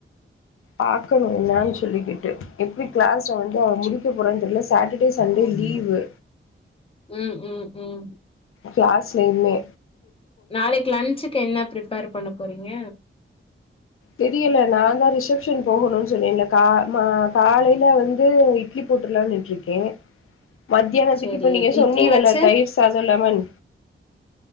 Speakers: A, on the left; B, on the left.
A: பாக்கணு என்னன்னு சொல்லிக்கிட்டு எப்டி கிளாஸ்ல வந்து அவ முடிக்க போறேன்னு தெர்ல Saturday Sunday
B: okay
A: leave
B: okay ம் ம் ம்
A: கிளாஸ்லைமே
B: நாளைக்கு லன்சுக்கு என்ன ப்ரிப்பார் பண்ண போறீங்க
A: தெரியல நா தா ரிசப்ஷன் போகணும்னு சொன்னேல்ல கா காலயில வந்து வந்து இட்லி போட்டுலாம்னுட்டு இருக்கே மத்தியானத்துக்கு
B: சேரி
A: இப்ப நீங்க
B: இட்லி
A: சொன்னீங்கல்ல
B: வச்சு
A: தயிர் சாதலெமன்